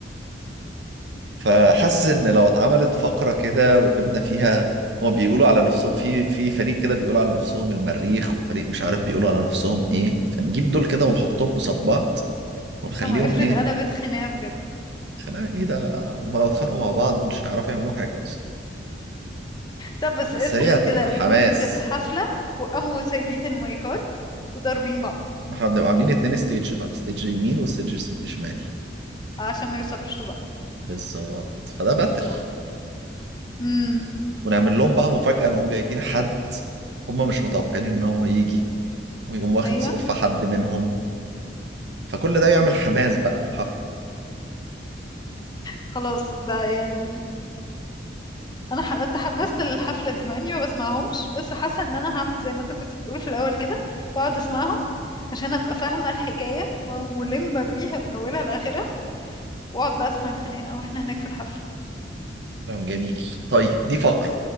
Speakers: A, on the right; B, on the left.
A: فحاسس ان لو اتعملت فقره كده وجبنا فيها هما بيقولوا على نفسهم في في فريق كده بيقولوا على نفسهم المريخ وفريق مش عارف بيقولوا على نفسهم ايه فنجيب دول كده ونحطهم قصاد بعض ونخليهم
B: طب ما افرض
A: ايه
B: قلبت خناقة بجد
A: خناقه ايه ده هما لو اتخانقوا مع بعض مش هيعرفوا يعملوا حاجه اصلا
B: طب بس
A: بس
B: افرض
A: هي هتبقى
B: كده في
A: حماس
B: وسط الحفلة وقاموا سايبين المايكات وضاربين بعض
A: ما احنا بنبقى عاملين اتنين ستيج بقى ستيج يمين وستيج س- شمال
B: عشان ما يوصلوش لبعض
A: بالظبط فده باتل
B: صح امم
A: ونعمل لهم بقى مفاجأة نقوم جايبين حد هما مش متوقعين ان هو يجي ويقوم واخد
B: ايوه
A: سقف حد منهم فكل ده يعمل
B: لا،
A: حماس بقى في الحفلة
B: خلاص ده يعني انا ح... انت حمست الحفله دي مع اني ما بسمعهمش بس حاسه ان انا هعمل زي ما انت كنت بتقول في الاول كده واقعد اسمعهم عشان ابقى فاهمه الحكايه وملمه بيها من اولها لاخرها واقعد بقى اسمع الخناقه واحنا هناك في الحفله
A: كلام جميل طيب دي فقرة